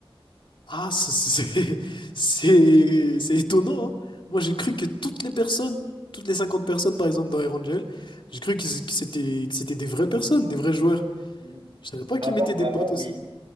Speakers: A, on the left (about 60°); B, on the right (about 70°).
A: Ah, ça, c'est <laughs> c'est c'est- étonnant. hein. Moi, j'ai cru que toutes les personnes, toutes les 50 personnes, par exemple, dans Air Angel, j'ai cru que c- que c'était que c'était des vraies personnes, des vrais joueurs.
B: Mm.
A: Je savais pas
B: Avant
A: qu'ils mettaient
B: avant
A: des bots aussi.
B: oui,